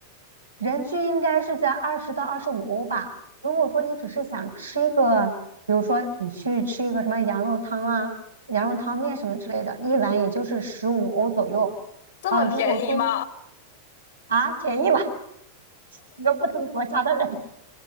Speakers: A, on the right; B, on the left.
A: 人均应该是在二十到二十五欧吧。如果说你只是想吃一个，比如说你去吃一个什么羊肉汤啊、羊肉汤面什么之类的，一碗也就是十五欧左右。
B: 这么便宜吗？
A: 呃，如果说啊便宜吧，<laughs> 一个不同国家的人